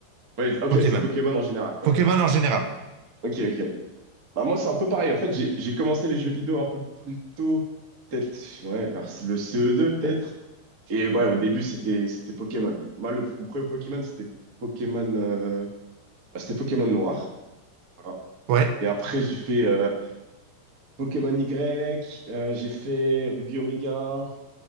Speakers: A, on the right; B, on the right.
A: Oui, ok,
B: Pokémon.
A: c'est Pokémon en général, quoi,
B: Pokémon
A: d'accord.
B: en général.
A: Ok, ok. Bah moi, c'est un peu pareil. En fait, j'ai j'ai commencé les jeux vidéo un peu plus tôt, peut-être ouais, vers le CE2 peut-être. Et ouais, au début, c'était c'était Pokémon. Moi, le, mon premier Pokémon, c'était Pokémon euh, bah, c'était Pokémon Noir. Voilà.
B: Ouais,
A: Et après, j'ai fait euh, Pokémon Y, euh, j'ai fait Ruby Omega,